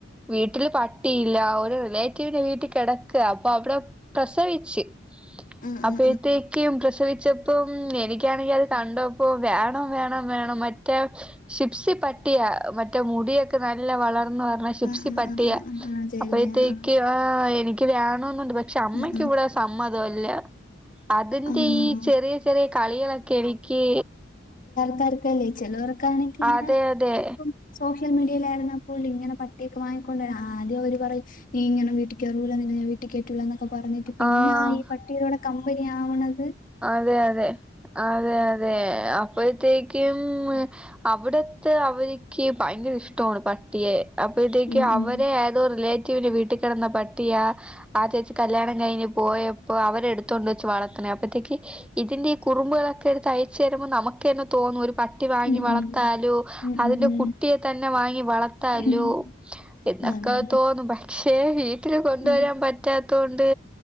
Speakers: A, in the centre; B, on the left (about 45°).
A: വീട്ട വീട്ടില് പട്ടിയില്ല ഒരു റിലേറ്റീവിന്റെ വീട്ടിൽ കിടക്കുക അപ്പൊ അവിടെ പ്രസവിച്ച്
B: ആഹ്
A: അപ്പോഴത്തേക്കെയും
B: ആഹ്
A: പ്രസവി ചെപ്പ് പ്പം എനിക്കാണെങ്കിൽ അത് കണ്ടോ അപ്പൊ വേണം വേണം വേണം മറ്റേ ഷിപ്സി പട്ടിയ മറ്റേ മുടിയൊക്കെ നല്ല വളർന്ന് വരുന്ന ഷിപ്സി
B: ആഹ് ആഹ്
A: പ-
B: ആഹ് ആഹ് ആഹ് ആഹ് അതെല്ലേ
A: അപ്പഴത്തേക്ക്
B: ആഹ്
A: ആ എനി എക്ക് വേണെന്നുണ്ട്. പക്ഷെ അമ്മയ്ക്ക്
B: ആഹ്
A: ഇവിടെ സമ്മതം അ ല്ല. അതിന്റെ
B: ആഹ് ആഹ്
A: ഈ ചെറിയ ചെറിയ കളികളൊക്കെ എനിക്ക്
B: ക്കാരക്കല്ലേ ചേലോര ക്കാണെങ്കി ഇങ്ങനെ
A: അതെ അതെ
B: പ്പം സൊ സോഷ്യൽ മീഡിയയിലായിരുന്നപ്പോൾ ഇങ്ങന പട്ടിയോക്കെ വാങ്ങിക്കണ്ടരാ ആദ്യം അവര് പറയും നീ ഇങ്ങനെ വീട്ടികേറൂല്ല നിന്നെ ഞാൻ വീട്ടി കേറ്റൂല്ല എ പറഞ്ഞിട്ട് പിന്നെ
A: ആഹ്
B: ആ ഈ പട്ടിയിലോടെ <inaudible>
A: അതെ അതെ അതെ അതെ അപ്പോഴത്തേക്ക് <inaudible> അവിടത്തെ അവർക്ക് ഭയങ്കര ഇഷ്ടമാണ് പട്ടിയെ അപ്പേഴ്‌തേക്ക്
B: ഉം
A: അവരെ
B: ഉം
A: ഏതോ റിലേ റ്റി ഒരു വീട്ടിൽ കിടന്ന പട്ടിയ ആ ചേച്ചി കല്യാണം കഴിഞ്ഞ് പോയ അപ്പ അവരെടുത്തോണ്ട് വച്ച വളത്തനെ അപ്പത്തേക്ക് ഇതിന്റെ കുറുമ്പുകളൊ തയച്ചു തരുമ്പോ നമക്ക് ക്കങ്ങു തോന്നു ഒരു പട്ടി വാങ്ങി
B: ഉം
A: വളർത്താലോ
B: ഉം ഉം
A: അതിന്റെ
B: ഉം
A: കുട്ടിയെ തന്നെ വാങ്ങി വളർത്താലോ
B: ഉം
A: എന്നൊക്കെ
B: അതെ
A: തോന്നും പക്ഷേ വീട്ടിൽ കൊണ്ടുവരാൻ
B: അതെ ആ
A: പറ്റാത്ത കൊണ്ട്